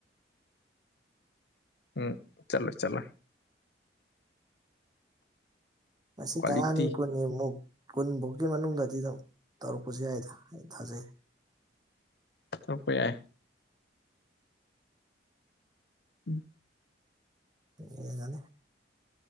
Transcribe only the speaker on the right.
ꯉꯁꯤ
ꯇꯔꯥꯅꯤ ꯈꯨꯟꯅꯤꯃꯨꯛ꯫ ꯀꯨꯟꯕꯣꯛꯒꯤ ꯃꯅꯨꯡꯗꯗꯤ ꯑꯗꯨꯝ ꯇꯧꯔꯛꯄꯁꯨ ꯌꯥꯏꯗ ꯑꯩ ꯊꯥꯖꯩ꯫
ꯑꯦ ꯖꯅꯤ꯫